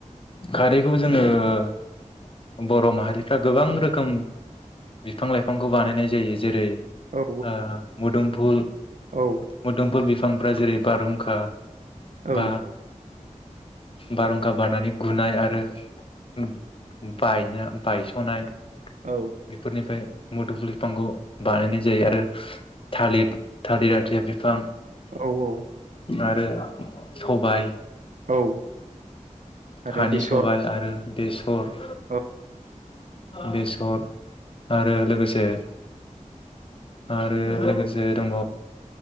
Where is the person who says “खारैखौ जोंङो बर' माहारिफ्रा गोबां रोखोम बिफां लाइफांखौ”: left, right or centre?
Left